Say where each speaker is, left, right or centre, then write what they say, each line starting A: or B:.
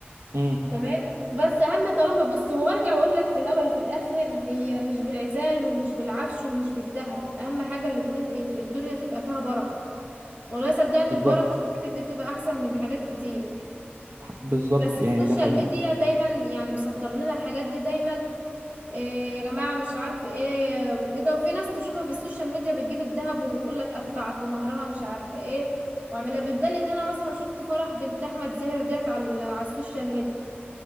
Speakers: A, on the right; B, on the right.
A: مم.
B: تمام بس اهم طالما بص وارجع واقول لك في الاول وفي الاخر هي مش بالعزال ومش بالعفش ومش بالذهب اهم حاجة الاتنين الدنيا تبقى فيها بركة والله صدقني
A: بالظبط
B: البركة في الحاجات دي بتبقى احسن من حاجات كتير
A: بالظبط
B: بس
A: يعني
B: السوشيال
A: ده حقيقي
B: ميديا دايما يعني مصدر لنا الحاجات دي دايما إيه يا جماعة مش عارف ايه وكده وفي ناس تشوفها في السوشيال ميديا بتجيب الذهب وتقول لك ادفع في مهرها مش عارف ايه واعملها بالدليل ان انا مثلا شفت فرح بنت احمد زاهر ديت على على السوشيال ميديا